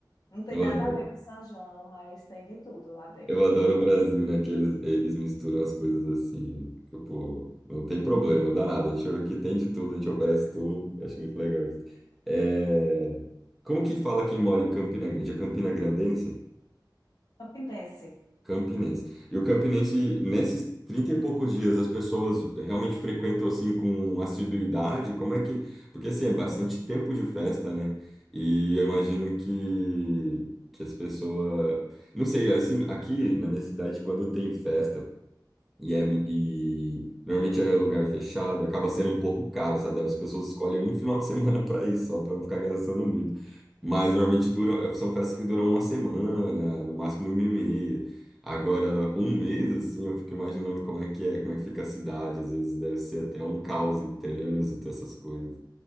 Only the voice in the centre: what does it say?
Eu
adoro.
Eu adoro o Brasil, né? Que eles, eles misturam as coisas assim. Tipo, não tem problema, danado. A gente aqui tem de tudo, a gente oferece tudo. Eu Acho muito legal isso. É, Como que fala quem mora em Campina Grande? É Campina Grandense?
Campinense. E o Campinense, nesses 30 e poucos dias, as pessoas realmente frequentam assim com assiduidade? Como é que. Porque assim, é bastante tempo de festa, né? E eu imagino que, que as pessoas. Não sei, assim, aqui na minha cidade, quando tem festa, e, é, e normalmente é lugar fechado, acaba sendo um pouco caro, sabe? As pessoas escolhem um final de semana para ir só para não ficar gastando muito. Mas normalmente duram, são festas que duram uma semana, no máximo uma e meia. Agora, um mês, assim, eu fico imaginando como é que é, como é que fica a cidade. Às vezes deve ser até um caos em trânsito, essas coisas.